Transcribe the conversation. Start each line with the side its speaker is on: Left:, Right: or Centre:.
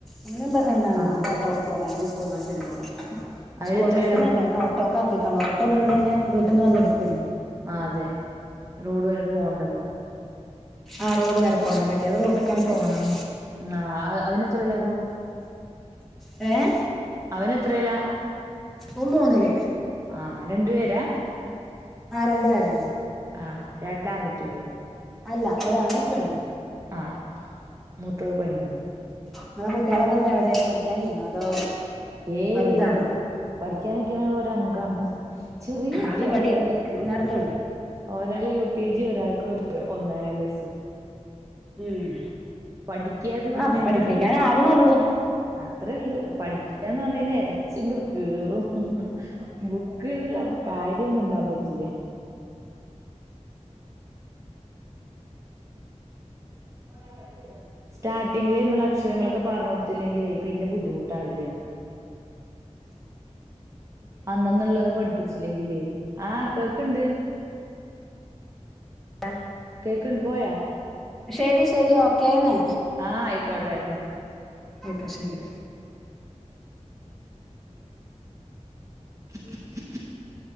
Centre: മോന് എന്താണ്
Right: ആഹ്
Centre: ഓട്ടോക്ക് പോണം അല്ലെങ്കിൽ സ്കൂൾ ബസിന് പോണം
Right: അവര്
Centre: സ്കൂൾ
Right: എത്രയിലാപ്പൊ
Centre: ബസ്സിനല്ലേ അയ്ന് ഓട്ടോക്കാ ഈക്കണോ ഓട്ടോ ഇവ്ടുന്നന്നെ വീട്ടിന്ന് വന്നെടുക്കും
Right: ആഹ് അതെ റോഡ് വരെ പോവണ്ടല്ലോ
Centre: ആഹ് റോഡ് വരെ പോണ്ട മറ്റേത് റോട്ട്ക്കാൻ പോണം
Right: ആഹ് അവനെത്രേലാ അപ്പൊ
Centre: ഏ
Right: അവൻ എത്രയില
Centre: ഓൻ മൂന്നില്
Right: ആഹ് രണ്ടു പേരാ
Centre: ആഹ് രണ്ടു പേരാണ്
Right: ആഹ് രണ്ടാകുട്ടിയള്
Centre: അല്ല ഒരാണും പെണ്ണും
Right: ആഹ് മൂത്തത് പെണ്ണ്
Centre: ങ്ങളെകുട്ടികളൊക്കെ ഉട്ടോ എവിടെ പഠിക്കാനിരുന്ന അതോ
Right: ഏയ്
Centre: വലുതാണോ
Right: ഇപ്പൊ പഠിക്കാനക്കുന്ന ഒരു അംഗാണ് ചെറിയ കുട്ടിയാ
Centre: അത് ഇവിടെയുണ്ട്
Right: ഓ
Centre: എല്ലായിടത്തും ഉണ്ട്
Right: ഒരാൾ യു കെ ജി ഒരാൾക്ക് ഒന്നേല് വയസു
Centre: ഉം
Right: പഠിക്കന്ന് പറഞ്ഞ
Centre: ആ അപ്പൊ
Right: കഴിഞ്ഞ
Centre: പഠിപ്പിക്കാനാവണുള്ളൂ
Right: അത്രേയള്ളൂ പഠിക്കന്ന് പറഞ്ഞ കഴിഞ്ഞാ എര പച്ച ഇങ്ങടെ കേറും ബുക്ക്ന്നല്ലപ്പൊ കാര്യം മിണ്ടാൻ പറ്റില്ല <inaudible> സ്റ്റാർട്ടിങ്ങിലേ നമ്മള് അക്ഷരങ്ങളൊക്കെ പറഞ്ഞു കൊടുത്തില്ലങ്കില് പിന്നെ ബുദ്ധിമുട്ടാവില്ലേ അന്നന്നുള്ളത് പഠിപ് ച്ചില്ലെങ്കിലെ ആഹ് കേക്കണ്ട്
Centre: ആഹ്
Right: കേക്കണ്ട് പോയാ
Centre: ശരി ശരി ഓക്കേന്ന്
Right: ആഹ് ആയിക്കോട്ടെ ആയിക്കോട്ടെ
Centre: ഓക്കെ ശരി
Right: <inaudible>